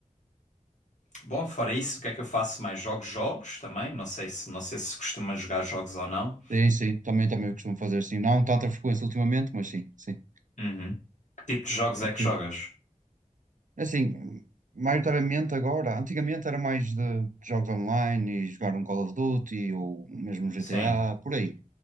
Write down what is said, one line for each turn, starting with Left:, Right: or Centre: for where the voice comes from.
Left: Bom, fora isso, o que é que eu faço mais? Jogo jogos também, não sei se, não sei se costuma jogar jogos ou não.
Right: Sim, sim, também, também eu costumo fazer, sim, não tanta frequência ultimamente, mas sim, sim.
Left: Uhum. Que tipo de jogos é
Right: Ok.
Left: que jogas?
Right: Assim, maioritariamente agora, antigamente era mais de jogos online e jogar um Call of Duty ou mesmo um GTA,
Left: Sim.
Right: por aí.